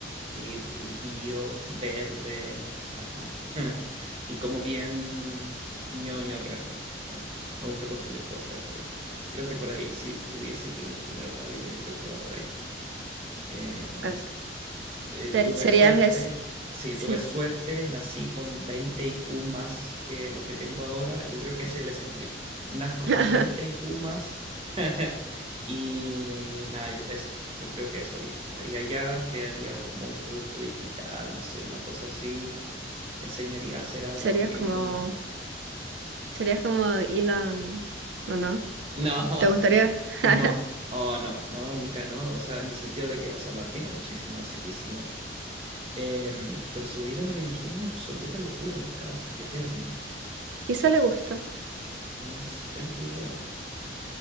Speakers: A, on the right; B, on the right.
A: y, y bio, verde, ajá, <laughs> y como bien ñoño realmente. Bueno, me gusta consumir cosas, creo, creo que por ahí, si tuviese que imaginar una vida, yo creo que va por ahí. Eh,
B: As-
A: eh,
B: ter-
A: tuve
B: Serías
A: suerte,
B: es,
A: sí,
B: sí.
A: tuve suerte, nací con 20 IQ más que lo que tengo ahora. Yo creo que ese es el escenario. Nazco
B: <laughs>
A: con 20 IQ más <laughs> y nada, yo- eso, yo creo que eso haría. Estaría allá, crearía o- como un producto digital, no sé, una cosa así, enseñaría a hacer algo
B: Serías
A: bien
B: como,
A: ñoño.
B: serías como Elon, ¿o no?
A: No, <laughs>
B: ¿Te gustaría?
A: no,
B: <laughs>
A: oh no, no, Nika, no, o sea, en el sentido de que, o sea, lo admiro muchísimo, sequísimo, Em, pero su vida me la imagino una absoluta locura, un caos eterno.
B: Quizá le gusta.
A: No s- tengo idea.